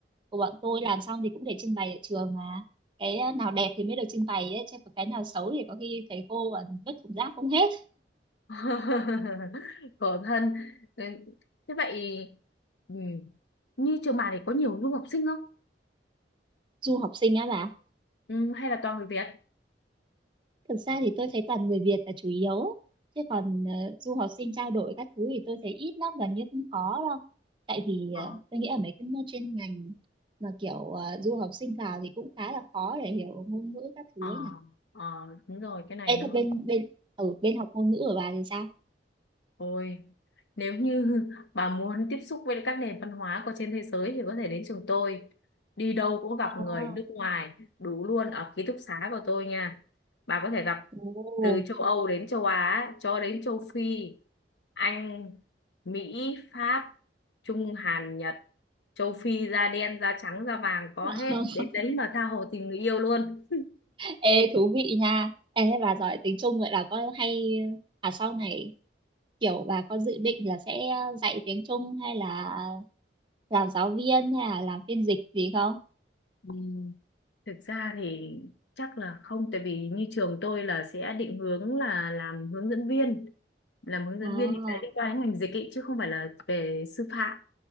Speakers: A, on the right; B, on the left.
A: của bọn tôi làm xong thì cũng để trưng bày ở trường mà cái nào đẹp thì mới được trưng bày ấy chứ còn cái nào xấu thì có khi thầy cô còn vứt thùng rác không hết
B: <laughs> Khổ thân. Ừ, Thế vậy ừ. như trường bạn thì có nhiều du học sinh không?
A: du học sinh á bà
B: ừ, hay là toàn người Việt
A: Thực ra thì tôi thấy toàn người Việt là chủ yếu chứ còn ờ, du học sinh trao đổi các thứ thì tôi thấy ít lắm gần như không có đâu tại vì
B: Ờ,
A: ờ, tôi nghĩ ở mấy cái môn chuyên ngành mà kiểu ờ, du học sinh vào thì cũng khá là khó để hiểu ngôn ngữ các thứ
B: ờ,
A: ấy nhỉ
B: ờ, đúng rồi cái này
A: Ê
B: nó
A: thế
B: hơn.
A: bên bên ở bên học ngôn ngữ của bà thì sao?
B: Ôi, nếu như <laughs> bà muốn tiếp xúc với các nền văn hóa của trên thế giới thì có thể đến trường tôi. Đi đâu cũng gặp
A: À,
B: người nước ngoài, đủ luôn ở ký túc xá của tôi nha. Bà có thể gặp
A: ồ.
B: từ châu Âu đến châu Á, cho đến châu Phi, Anh, Mỹ, Pháp, Trung, Hàn, Nhật, châu Phi da đen, da trắng, da vàng có
A: <laughs>
B: hết. Đến đấy mà tha hồ tình người yêu luôn.
A: Ê thú vị nha Ê thế bà giỏi tiếng Trung vậy là có hay à sau này kiểu bà có dự định là sẽ dạy tiếng Trung hay là làm giáo viên hay là làm phiên dịch gì không?
B: Ừ. Thực ra thì chắc là không tại vì như trường tôi là sẽ định hướng là làm hướng dẫn viên làm hướng dẫn
A: à
B: viên thì sẽ liên quan đến ngành dịch ý, chứ không phải là về sư phạm